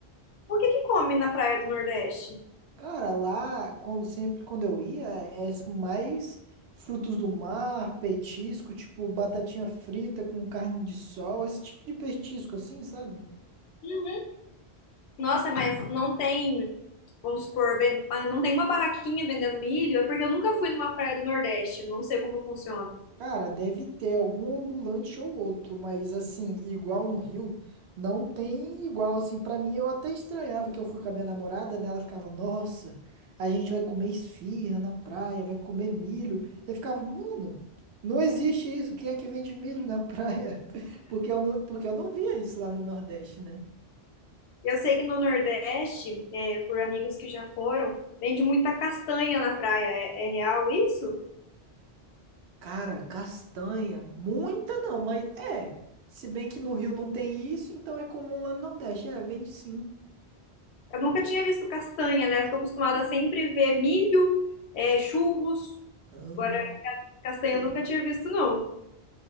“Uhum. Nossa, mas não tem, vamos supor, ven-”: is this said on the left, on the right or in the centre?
Left